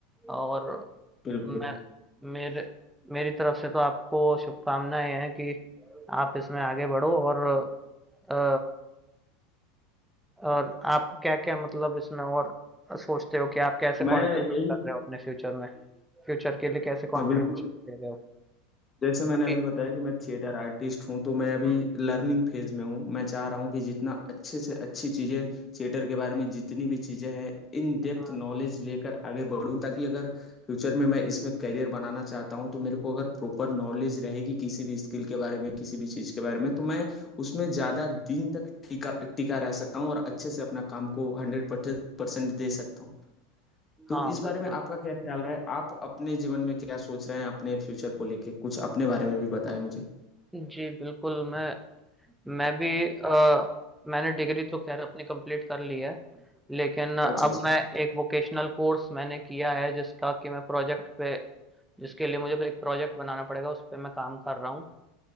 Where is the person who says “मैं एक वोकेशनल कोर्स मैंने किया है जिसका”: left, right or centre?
Centre